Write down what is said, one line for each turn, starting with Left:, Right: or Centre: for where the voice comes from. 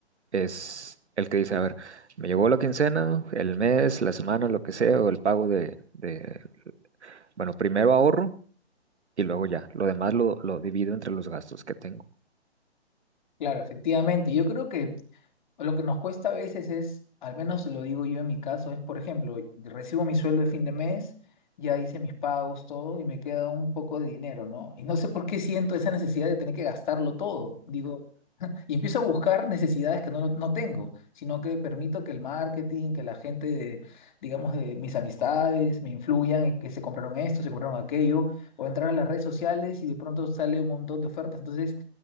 Right: es el que dice, a ver, me llegó la quincena, el mes, la semana, lo que sea, o el pago de, de- bueno, primero ahorro y luego ya, lo demás lo, lo divido entre los gastos que tengo.
Left: Claro, efectivamente. Yo creo que lo que nos cuesta a veces es, al menos lo digo yo en mi caso, es, por ejemplo, recibo mi sueldo de fin de mes, ya hice mis pagos, todo, y me queda un poco de dinero, ¿no? Y no sé por qué siento esa necesidad de tener que gastarlo todo. Digo, Y empiezo a buscar necesidades que no, no tengo, sino que permito que el marketing, que la gente de, digamos, de mis amistades me influyan, en que se compraron esto, se compraron aquello, o entrar a las redes sociales y de pronto sale un montón de ofertas. Entonces